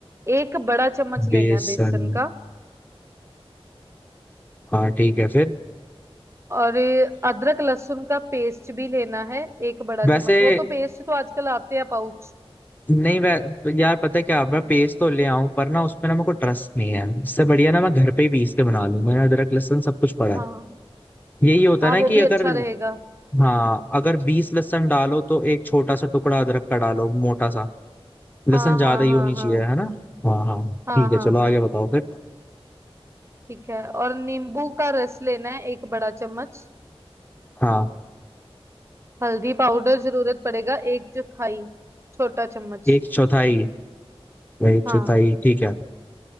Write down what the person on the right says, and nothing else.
एक बड़ा चम्मच लेना
है बेसन का
और अदरक लहसुन का पेस्ट भी लेना है एक बड़ा
चम्मच वो तो पेस्ट तो आजकल आते हैं पाउच
हाँ
हाँ
वो
भी
अच्छा रहेगा
हाँ
हाँ
हाँ
हाँ
हाँ
हाँ
हाँ
ठीक है और नींबू का रस लेना है एक बड़ा चम्मच
हल्दी पाउडर जरूरत पड़ेगा एक चौथाई छोटा चम्मच
हाँ